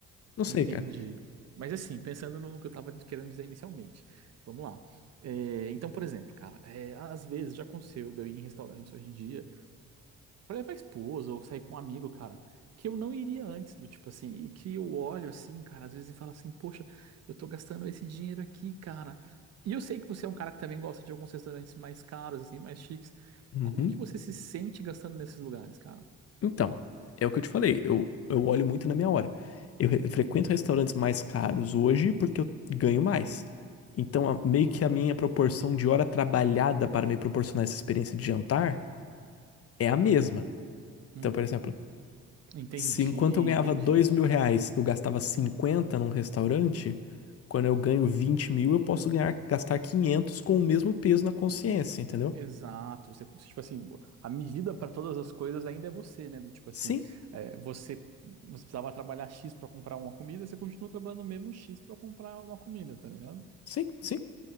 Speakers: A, on the left; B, on the right.
A: Não
B: Entendi.
A: sei, cara.
B: Mas assim, pensando no que eu tava querendo dizer inicialmente, vamos lá. É, então, por exemplo, cara, é, às vezes já aconteceu de eu ir em restaurantes hoje em dia Pra levar a esposa ou sair com um amigo, cara, que eu não iria antes do tipo assim, e que eu olho assim, cara, às vezes e falo assim, poxa, eu tô gastando esse dinheiro aqui, cara. E eu sei que você é um cara que também gosta de alguns restaurantes mais caros, assim, mais chiques.
A: Uhum.
B: Como que você se sente gastando nesses lugares, cara?
A: Então, é o que eu te falei, eu, eu olho muito na minha hora. Eu re- frequento
B: Uhum,
A: restaurantes mais caros hoje porque eu ganho mais. Então,
B: uhum,
A: a- meio que a minha proporção de hora trabalhada para me proporcionar essa experiência de jantar é a mesma.
B: uhum.
A: Então, por exemplo,
B: Entendi,
A: se enquanto eu ganhava
B: entendi.
A: dois mil reais, eu gastava 50 num restaurante, quando eu ganho 20 mil, eu posso ganhar, gastar 500 com o mesmo peso na consciência, entendeu?
B: Exato, você, tipo assim, a medida para todas as coisas ainda é você, né? Do tipo assim,
A: Sim,
B: é, você, você precisava trabalhar X para comprar uma comida, você continua trabalhando o mesmo X para comprar uma comida, tá ligado?
A: sim, sim.